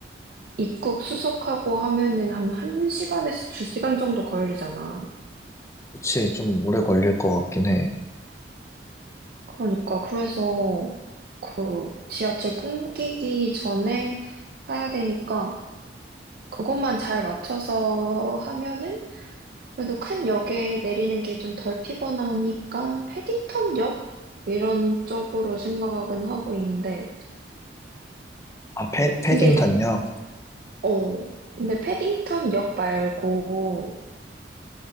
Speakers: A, on the right; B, on the left.
A: 입국 수속하고 하면은 한 1시간에서 2시간 정도 걸리잖아.
B: 그치, 좀 오래 걸릴 것 같긴 해.
A: 그러니까 그래서 그 지하철 끊기기 전에 해야 되니까 그것만 잘 맞춰서 하면은 그래도 큰 역에 내리는 게 좀 덜 피곤하니까 패딩턴 역? 이런 쪽으로 생각은 하고 있는데
B: 아, 패, 패딩
A: 근데 이거
B: 샀냐?
A: 어 근데 패딩턴 역 말고